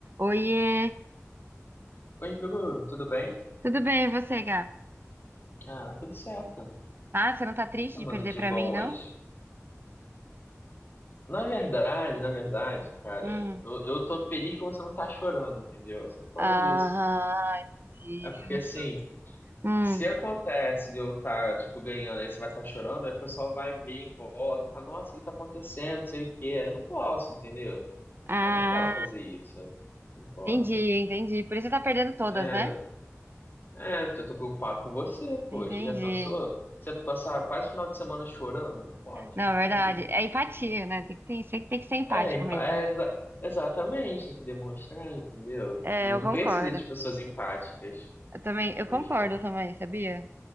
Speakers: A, on the right; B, on the left.
A: Oiê,
B: Oi, Bruno, tudo bem?
A: tudo bem e você, Gá?
B: Ah, tudo certo. O
A: Ah, você não tá triste
B: que semana
A: de perder
B: de
A: pra
B: bom
A: mim, não?
B: hoje? Na verdade, na verdade, cara,
A: Hum.
B: eu, eu tô feliz que você não tá chorando, entendeu? Só por causa
A: Ah,
B: disso.
A: entendi,
B: É porque,
A: justo.
B: assim,
A: Hum.
B: se acontece de eu estar, tipo, ganhando, aí você vai estar chorando, aí o pessoal vai vir em volta, fala, nossa, o que tá acontecendo, não sei o quê. Aí Eu não posso, entendeu?
A: Ah,
B: Aí Eu não posso fazer isso. Não posso.
A: entendi, entendi. Por isso você tá perdendo todas,
B: É,
A: né?
B: é, eu tô preocupado com você, poxa,
A: Entendi.
B: já pensou? Você passar quase o final de semana chorando? Não pode,
A: Não,
B: não
A: é
B: pode
A: verdade. É empatia, né? Tem que ter, sempre tem que ser empático
B: É, empa-
A: mesmo.
B: é exa- exatamente, tem que demonstrar, entendeu?
A: É,
B: O mundo
A: eu concordo.
B: precisa de pessoas empáticas.
A: Eu também, eu
B: Poxa.
A: concordo também, sabia?